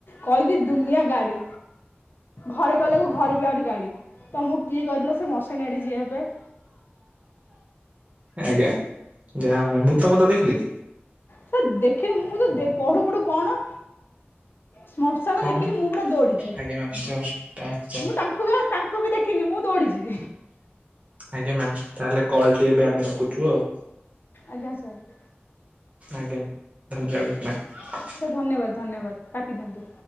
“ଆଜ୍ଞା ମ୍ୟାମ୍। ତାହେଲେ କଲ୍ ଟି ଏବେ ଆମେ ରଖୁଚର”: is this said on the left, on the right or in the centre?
Right